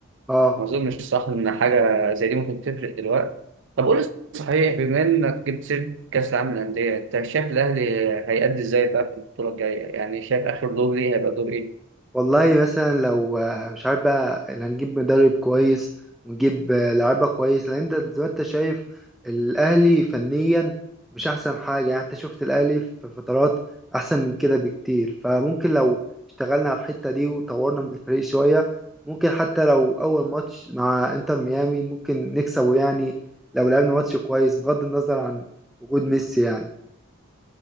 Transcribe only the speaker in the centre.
اه
والله مثلا لو آه، مش عارف بقى اللي هنجيب مدرب كويس ونجيب آه، لعيبه كويس لان انت زي ما انت شايف الاهلي فنيا مش احسن حاجه يعني انت شفت الاهلي في فترات احسن من كده بكتير فممكن لو اشتغلنا على الحته دي وطورنا من الفريق شويه ممكن حتى لو اول ماتش مع انتر ميامي ممكن نكسبه يعني لو لعبنا ماتش كويس بغض النظر عن وجود ميسي يعني